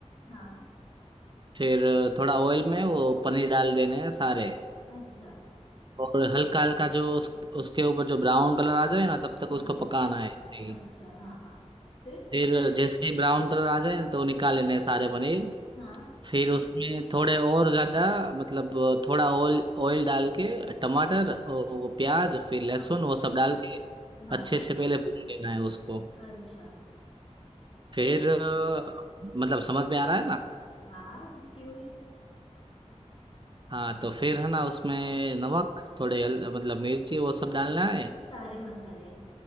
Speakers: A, on the left; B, on the right.
A: हाँ
B: फिर अ, थोड़ा ऑयल में वो पनीर डाल देने हैं सारे
A: अच्छा
B: और हल्का हल्का जो उस, उसके ऊपर जो ब्राउन कलर आ जाए ना तब तक
A: हाँ
B: उसको पकाना है नहीं
A: अच्छा हाँ हाँ फिर
B: फिर जैसे ही ब्राउन कलर आ जाए ना, तो निकाल लेने हैं सारे पनीर
A: हाँ
B: फिर उसमें थोड़े और ज्यादा मतलब थोड़ा ऑयल ऑयल डाल के टमाटर और वो प्याज फिर लहसुन
A: हाँ
B: वो सब डाल के
A: हाँ
B: अच्छे
A: हाँ
B: से पहले भून लेना है उसको
A: अच्छा फिर
B: फिर अ, मतलब समझ में आ रहा है ना
A: हाँ क्यों नहीं
B: हाँ तो फिर है ना उसमें नमक थोड़े हल- मतलब मिर्ची वो सब डालना है
A: सारे मसाले